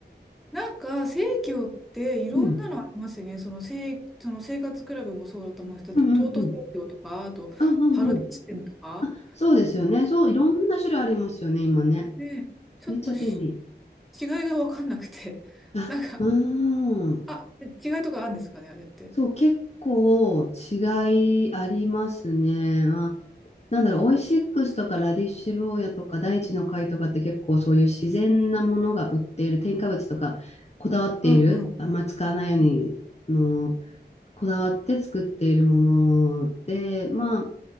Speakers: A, in the centre; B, on the left.
A: なんか、生協っていろんなのありますよね。
B: うん。
A: その、生、その生活クラブもそうだと思うんですけど、
B: うんうんうん。
A: トート生協とか、あと、
B: あ、うんうん。
A: パロシステムとか。
B: そうですよね。そう、いろんな種類ありますよね、今ね。
A: ね、ちょっとし
B: めっちゃ便利。
A: 違いが分かんなくて。
B: あ、
A: <laughs> なんか、
B: うーん。
A: あ、違いとかあるんですかね、あれって。
B: そう、結構違いありますね。まあなんだろう、オイシックスとかラディッシュ坊やとか大地の貝とかって結構そういう自然なものが売っている、添加物とかこだわっている、
A: うんうん。
B: あんま使わないようにの、
A: うん
B: こだわって作っているもので、まあ、